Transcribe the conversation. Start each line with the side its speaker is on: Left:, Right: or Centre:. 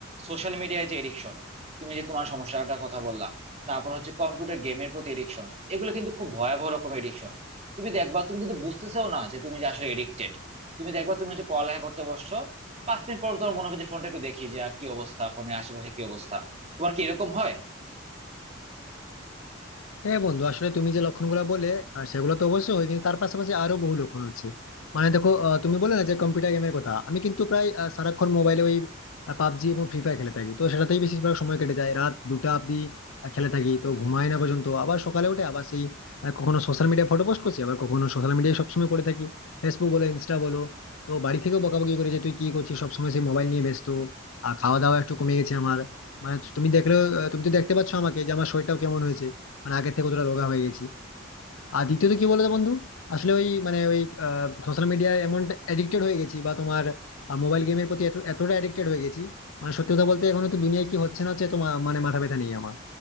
Right: সোশ্যাল মিডিয়ায় যে এডিকশন তুমি যে তোমার সমস্যাটার কথা বললা তারপর হচ্ছে কম্পিউটার গেমের প্রতি এডিকশন এগুলো কিন্তু খুব ভয়াবহ রকমের এডিকশন তুমি দেখবা তুমি কিন্তু বুঝতেছেও না যে তুমি যে আসলে এডিক্টেড তুমি দেখবা তুমি হচ্ছে পড়ালেখা করতে বসছো পাঁচ মিনিট পর তোমার মনে হবে যে ফোনটা একটু দেখি যে আহ, কি অবস্থা ফোনের আশেপাশে কি অবস্থা তোমার কি এরকম হয়
Left: হ্যাঁ বন্ধু আসলে তুমি যে লক্ষণগুলো বলে আহ, সেগুলো তো অবশ্যই হয় কিন্তু তার পাশাপাশি আরো বহু লক্ষণ হচ্ছে মানে দেখো আহ, তুমি বলে না যে কম্পিউটার গেমের কথা আমি কিন্তু প্রায় আহ, সারাক্ষণ মোবাইলে ওই পাবজি এবং ফ্রি ফায়ার খেলে থাকি তো সেটাতেই বেশিরভাগ সময় কেটে যায় রাত দুটা অব্দি আহ, খেলে থাকি তো ঘুমাই না পর্যন্ত আবার সকালে উঠে আবার সেই আহ, কখনো সোশ্যাল মিডিয়ায় ফটো পোস্ট করছি আবার কখনো সোশ্যাল মিডিয়ায় সবসময় পড়ে থাকি ফেসবুক বলো ইনস্টা বলো তো বাড়ি থেকেও বকাবকি করে যে তুই কি করছিস সবসময় সেই মোবাইল নিয়ে ব্যস্ত আর খাওয়া দাওয়া একটু কমে গেছে আমার মানে তুমি দেখলেও আহ, তুমি তো দেখতে পাচ্ছ আমাকে যে আমার শরীরটাও কেমন হয়েছে মানে আগের থেকে কতটা রোগা হয়ে গেছি আর দ্বিতীয়ত কি বলতো বন্ধু আসলে ওই মানে ওই সোশ্যাল মিডিয়ায় এমন অ্যাডিক্টেড হয়ে গেছি বা তোমার মোবাইল গেমের প্রতি এত এতটা অ্যাডিক্টেড হয়ে গেছি মানে সত্যি কথা বলতে এখন তো দুনিয়ায় কি হচ্ছে না হচ্ছে তো মা- মানে মাথা ব্যথা নেই আমার